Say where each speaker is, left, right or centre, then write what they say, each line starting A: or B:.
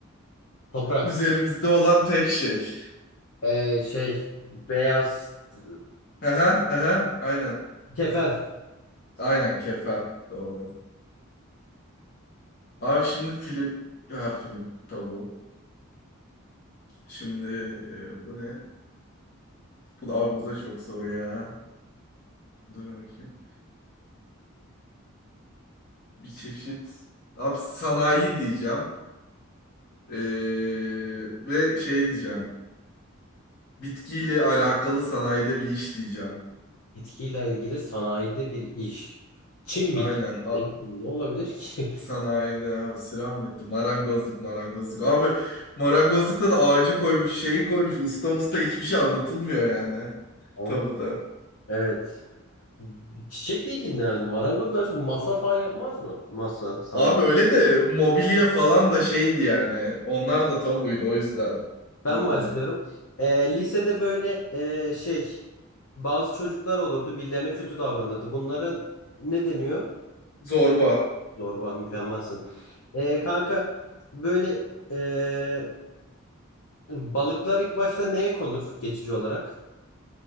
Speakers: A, on the left; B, on the left.
A: Toprak.
B: üzerimizde olan tek şey.
A: Ee, şey beyaz e,
B: Hı hı hı hı. Aynen.
A: kefen.
B: Aynen kefen. Doğru. Abi şimdi film. Ya film tabu. Şimdi ee, bu ne? Bu da, abi bu da çok zor ya. Dur bakayım. Bir çeşit abi sanayi diyeceğim. Ee, ve şey diyeceğim. Bitkiyle alakalı sanayide bir iş diyeceğim.
A: Bitkiyle ilgili sanayide bir iş. Çim
B: Aynen.
A: biçimi.
B: A-
A: Ne bileyim ne olabilir ki?
B: sanayide abi sıram bitti. Marangozluk marangozluk. Abi marangozlukta da ağacı koymuş şeyi koymuş. Usta usta hiçbir şey anlatılmıyor yani.
A: <laughs> Ama
B: Tabuda.
A: evet. Çiçekle ilgilenirdim. Marangoz daha çok masa falan yapmaz mı? Masa, sandalye.
B: Abi öyle de mobilya falan da şeydi yani. Onlar da tabuydu o yüzden.
A: Ben
B: Mobilya.
A: başlıyorum. Ee, lisede böyle e, şey bazı çocuklar olurdu. Birilerine kötü davranırdı. Bunlara ne deniyor?
B: Zorba.
A: Zorba mükemmelsin. Ee, kanka böyle ee, balıklar ilk başta neye konur geçici olarak?